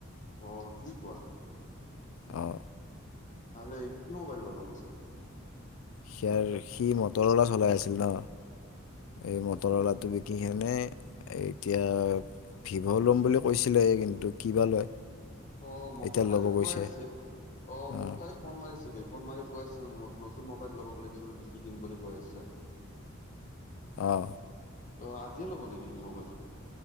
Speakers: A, on the left; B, on the left.
A: অ', কি কোৱা?
B: অ'।
A: ভালেই কি মোবাইল লব পিছে?
B: সিয়াৰ সি মটৰৱালা চলাই আছিল ন। এই মটৰৱালাটো বিকি কেনে এতিয়া ভীভ' লম বুলি কৈছিলে কিন্তু কিবা লয়।
A: অ', মোকো
B: এতিয়া
A: কালি
B: ল'ব গৈছে
A: কৈ আছিল। অ', মোকো
B: অঁ
A: কালি ফোন মাৰিছিল। ফোন মাৰি কৈ আছে মোক নতুন মোবাইল ল'ব বুলি এইটো বোলে বিকি দিম বুলি কৈ আছে।
B: অ'।
A: ত' আজিয়ে ল'ব নেকি সি মোবাইলটো?